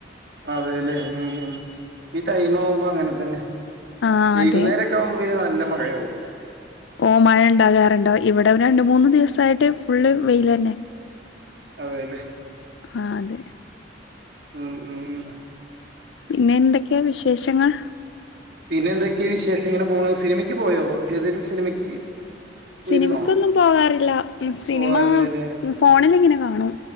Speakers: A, on the right (about 60°); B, on the left (about 80°).
A: അതെല്ലേ ഉ ഉ ഈ ടൈം ആവുമ്പോ അങ്ങനെ തന്നെ
B: ആഹ്
A: വൈകുന്നേരൊക്കെ
B: അതെ
A: ആകുമ്പോളെ പിന്നെ നല്ല മഴയാവും
B: ഓ മഴ ഉണ്ടാകാറുണ്ടോ ഇവിടെ രണ്ട് മൂന്ന് ദിവസായിട്ട് ഫുള്ള് വെയിൽ തന്നെ
A: അതെല്ലേ
B: ആഹ അതെ
A: മ് മ്മ്
B: പിന്നെ എന്തൊക്കെയാ വിശേഷങ്ങൾ
A: പിന്നെ എന്തൊക്കെയ വിശേഷങൾ പോണു സിനിമയ്ക്ക് പോയോ? ഏതെങ്കലും സിനിമയ്ക്ക്. പോയിരുന്നോ
B: സിനിമക്കൊന്നും പോകാറില്ല സിനിമ
A: പോവാറില്ലല്ലേ
B: ഫോണിലിങ്ങനെ കാണും